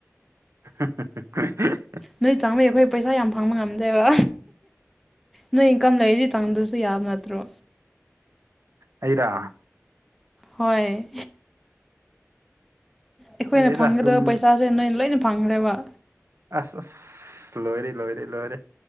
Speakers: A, on the right (about 60°); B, in the centre.
A: <unintelligible>
B: ꯅꯣꯏ ꯆꯪꯕꯩ ꯑꯩꯈꯣꯏ ꯄꯩꯁꯥ ꯌꯥꯝ ꯐꯪꯕ ꯉꯝꯗꯦꯕ ꯅꯣꯏ ꯏꯟꯀꯝ ꯂꯩꯔ ꯆꯥꯡꯗ꯭ꯔꯁꯨ ꯌꯥꯕ ꯅꯠꯇ꯭ꯔꯣ
A: ꯑꯩꯔꯥ
B: ꯍꯣꯏ ꯑꯩꯈꯣꯏꯅ
A: ꯈꯪꯗꯦꯗ
B: ꯐꯪꯒꯗꯕ
A: ꯑꯗꯨꯝ
B: ꯄꯩꯁꯥꯁꯦ ꯅꯣꯏꯅ ꯂꯣꯏꯅ ꯐꯪꯈ꯭ꯔꯦꯕ
A: ꯑꯁ ꯑꯁ ꯂꯣꯏꯔꯦ ꯂꯣꯏꯔꯦ ꯂꯣꯏꯔꯦ